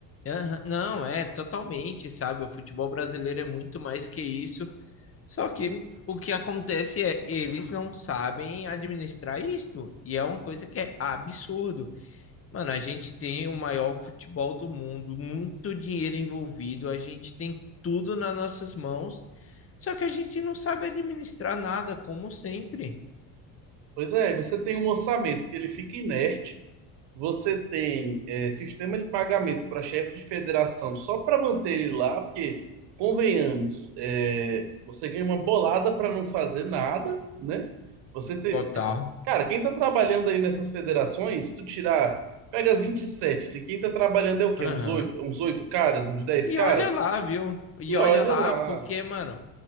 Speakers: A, on the left; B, on the right.
A: Aham, Não, é totalmente, sabe? O futebol brasileiro é muito mais que isso. Só que o que acontece é eles não sabem administrar isto. E é uma coisa que é absurdo. Mano, a gente tem o maior futebol do mundo, muito dinheiro envolvido, a gente tem tudo nas nossas mãos, só que a gente não sabe administrar nada, como sempre.
B: Pois é, você tem um orçamento que ele fica inerte, você tem é, sistema de pagamento para chefe de federação só para manter ele lá, porque, convenhamos, é, você ganha uma bolada para não fazer nada, né? Você tem...
A: Total.
B: Cara, quem tá trabalhando aí nessas federações, se tu tirar, pega as vinte e sete se quem tá trabalhando é o quê?
A: Aham.
B: Uns oito uns 8 caras, uns 10
A: E
B: caras?
A: olha lá, viu? E
B: E
A: olha
B: olha
A: lá,
B: lá,
A: porque, mano,